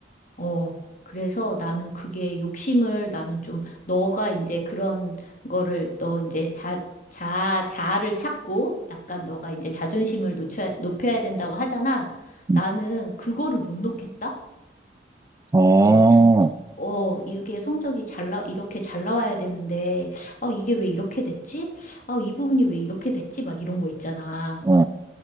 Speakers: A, on the left; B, on the right.
A: 어, 그래서 나는 그게 욕심을 나는 좀, 너가 이제 그런 거를, 너 이제 자, 자, 자아를 찾고, 약간 너가 이제 자존심을 놓쳐, 높여야 된다고 하잖아.
B: 음.
A: 나는 그거를 못 놓겠다?
B: 어,
A: 어, 진짜, 어, 이게 성적이 잘 나, 이렇게 잘 나와야 되는데, 아, 이게 왜 이렇게 됐지? 아, 이 부분이 왜 이렇게 됐지? 막 이런 거 있잖아.
B: 어